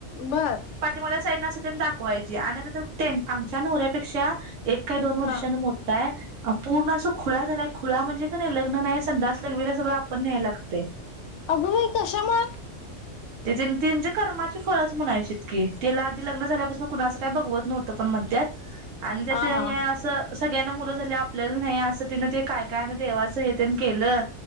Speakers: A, on the left; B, on the right.
A: बरं
B: मला साईड न असं तेन दाखवायची आणि आता ते आमच्या नवऱ्यापेक्षा, एक काय दोन वर्षांने
A: हा
B: मोठा आहे, पूर्ण असं खुळा झालाय खुळा म्हणजे का नाही लग्न नाही संडास लघवीला सगळं आपण न्हायला लागतय.
A: अगं बाई कशामुळे?
B: ते त्यांच्या कर्माची फळच म्हणायचीत की तिला आधी लग्न झाल्यापासून कुणाचं काय बघवत नव्हत पण म्हणतात आणि त्यात
A: हा
B: हे
A: हा.
B: असं, सगळ्यांना मुलं झाली आपल्याला नाही असं तिनं ते काय काय देवाचं हे तेन केलं.